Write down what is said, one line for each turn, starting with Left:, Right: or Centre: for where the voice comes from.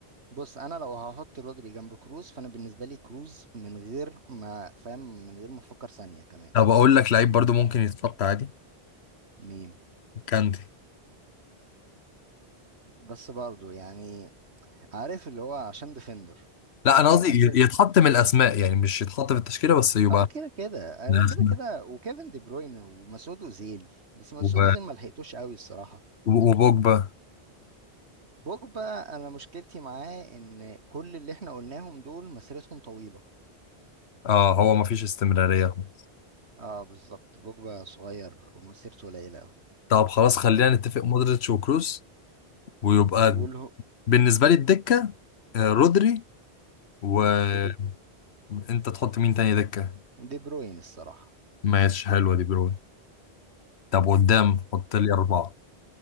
Right: بص انا لو هحط رودري جنب كروز فانا بالنسبه لي كروز من غير ما فاهم من غير ما افكر ثانيه كمان
Left: طب اقول لك لعيب برضو ممكن يتحط عادي
Right: مين
Left: كانتي
Right: بس برضو يعني عارف اللي هو عشان ديفندر
Left: لا
Right: يعني
Left: انا قصدي
Right: انا
Left: ي-
Right: كده
Left: يتحط من الاسماء يعني مش يتحط في التشكيله بس يبقى
Right: اه كده كده
Left: من
Right: انا
Left: الاسماء
Right: كده كده وكيفن دي بروين ومسعود اوزيل بس مسعود
Left: وب...
Right: اوزيل ما لحقتوش قوي الصراحه
Left: وبوجبا
Right: بوجبا انا مشكلتي معاه ان كل اللي احنا قلناهم دول مسيرتهم طويله
Left: اه هو ما فيش استمراريه خالص
Right: اه بالظبط بوجبا صغير ومسيرته قليلة أوي
Left: طب خلاص خلينا نتفق مودريتش وكروس ويبقى
Right: وله
Left: بالنسبه لي الدكه آه، رودري وانت
Right: ودي
Left: تحط مين تاني دكه
Right: دي بروين الصراحة
Left: ماشي حلوه دي برون طب قدام حط لي اربعه